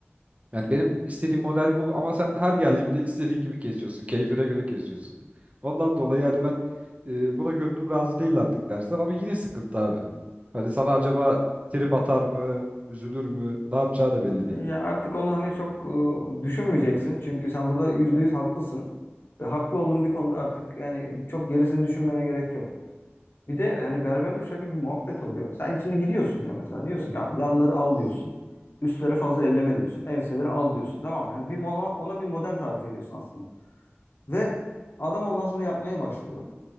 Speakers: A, on the right; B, on the left.
A: Yani benim istediğim model bu ama sen her geldiğimde istediğin gibi kesiyorsun. Keyfine göre kesiyorsun. Ondan dolayı yani ben e, buna gönlüm razı değil artık dersen ama yine sıkıntı abi. Hani sana acaba trip atar mı, üzülür mü, ne yapacağı da belli değil.
B: Ya artık onu hani çok e, düşünmeyeceksin. Çünkü sen burada yüzde yüz haklısın. Ve haklı olduğun bir konuda artık yani çok gerisini düşünmene gerek yok. Bir de yani berberde şöyle bir muhabbet oluyor. Sen şimdi gidiyorsun ya mesela diyorsun ki abi yanları al diyorsun. Üstleri fazla elleme diyorsun. Enseleri al diyorsun. Tamam mı? Yani bir mo- ona bir model tarif ediyorsun aslında. Ve adam ondan sonra yapmaya başlıyor.